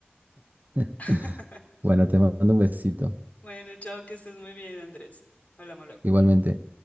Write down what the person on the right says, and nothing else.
<laughs>
Bueno, te mando un besito.
Igualmente.